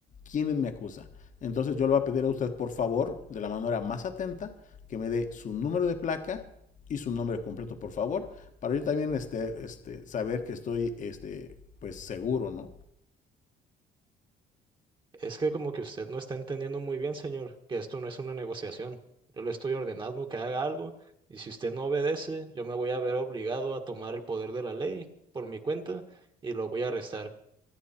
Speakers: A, on the left; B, on the right.
A: quién me acusa. Entonces yo le voy a pedir a usted, por favor, de la manera más atenta, que me dé su número de placa y su nombre completo, por favor, para yo también este, este, saber que estoy este, pues seguro, ¿no?
B: Es que como que usted no está entendiendo muy bien, señor, que esto no es una negociación. Yo le estoy ordenando que haga algo y si usted no obedece, yo me voy a ver obligado a tomar el poder de la ley por mi cuenta y lo voy a arrestar.